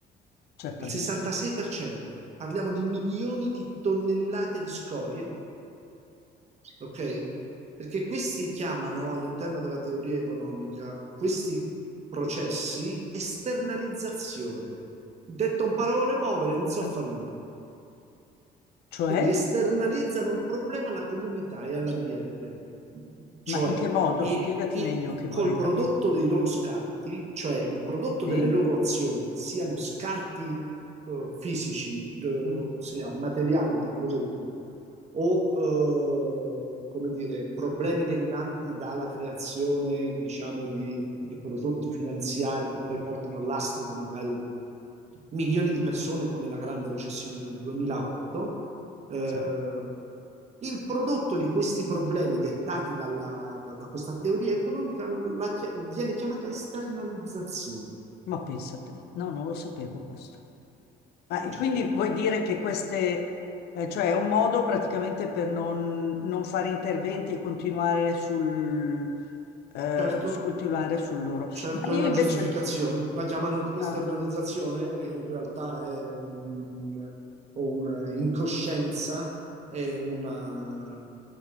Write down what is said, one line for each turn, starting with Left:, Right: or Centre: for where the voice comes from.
Left: certamente.
Right: il 66%, parliamo di milioni di tonnellate di scorie, ok? Perché questi chiamano all'interno della teoria economica questi processi esternalizzazione. Detto in parole povere, non so
Left: Eh.
Right: fare niente.
Left: Cioè,
Right: Quindi esternalizzano il problema alla comunità e all'ambiente. Cioè,
Left: ma in che modo?
Right: i,
Left: Spiegati
Right: i-
Left: meglio che
Right: col
Left: vorrei
Right: prodotto
Left: capire.
Right: dei loro scarti, cioè il prodotto
Left: Sì?
Right: delle loro azioni, che siano scarti eh, fisici, de- ossia
Left: Mm,
Right: materiali di prodotti, o eh, come dire, problemi derivanti dalla creazione, diciamo, di, di prodotti finanziari che poi portano all'astrico magari milioni di persone come la grande recessione del 2008, eh,
Left: sì.
Right: il prodotto di questi problemi dettati dalla- da, da questa teoria economica la chia- viene chiamata esternalizzazione.
Left: Ma pensate, no, non lo sapevo questo. Ah,
Right: Eh
Left: e
Right: già,
Left: quindi vuoi dire che queste, eh, cioè è un modo praticamente per non, non fare interventi e continuare sul, eh,
Right: certo,
Left: su- continuare sul loro.
Right: certo
Left: Ma io
Right: è una
Left: invece,
Right: giustificazione. La chiamano esternalizzazione,
Left: ah,
Right: e in realtà è un- una incoscienza, è una,